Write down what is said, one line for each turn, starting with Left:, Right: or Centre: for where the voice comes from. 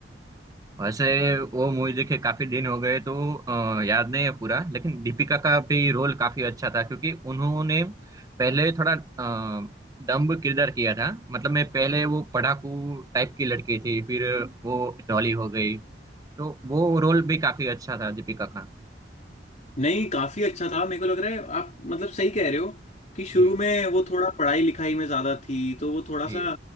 Right: वैसे वो मूवी देखे काफी दिन हो गए तो अ, याद नहीं है पूरा लेकिन दीपिका का भी रोल काफी अच्छा था क्योंकि उन्होंने पहले थोड़ा अ, डम्ब किरदार किया था मतलब मैं पहले वो पढ़ाकू टाइप की लड़की थी फिर वो डॉली हो गई तो वो रोल भी काफी अच्छा था दीपिका का
Left: नहीं काफी अच्छा था मेरे को लग रहा है आप मतलब सही कह रहे हो कि शुरू
Right: जी
Left: में वो थोड़ा पढ़ाई लिखाई में ज्यादा थी तो वो थोड़ा
Right: जी
Left: सा